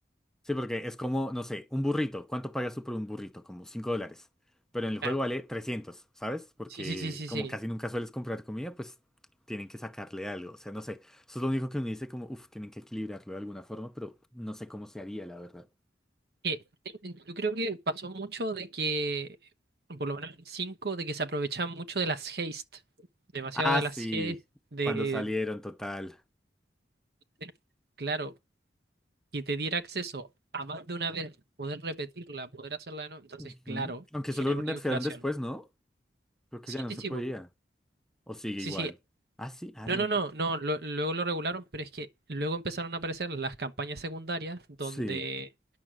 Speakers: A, in the centre; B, on the right.
A: Sí, porque es como, no sé, un burrito. ¿Cuánto pagas tú por un burrito? Como 5 dólares. Pero en el juego
B: Ah,
A: vale trescientos ¿sabes? Porque
B: sí, sí, sí, sí,
A: como
B: sí.
A: casi nunca sueles comprar comida, pues tienen que sacarle algo. O sea, no sé. Eso es lo único que uno dice como, uff, tienen que equilibrarlo de alguna forma, pero no sé cómo se haría, la verdad.
B: Eh, yo creo que pasó mucho de que, por lo menos en el de que se aprovechan mucho de las haste, demasiado
A: Ah,
B: de
A: sí,
B: las haste, de,
A: cuando salieron, total.
B: de- claro, que te diera acceso a más de una vez, poder repetirla, poder hacerla de nuevo, entonces,
A: Ujú.
B: claro,
A: Aunque
B: generó
A: solo nerfearon
B: una inflación.
A: después, ¿no? Creo que
B: Sí,
A: ya no
B: sí,
A: se
B: sí,
A: podía.
B: po.
A: O sigue
B: sí,
A: igual.
B: sí.
A: Ah, sí, ah,
B: No,
A: no
B: no,
A: lo
B: no,
A: puedo.
B: no, lo- luego lo regularon, pero es que luego empezaron a aparecer las campañas secundarias donde
A: Sí.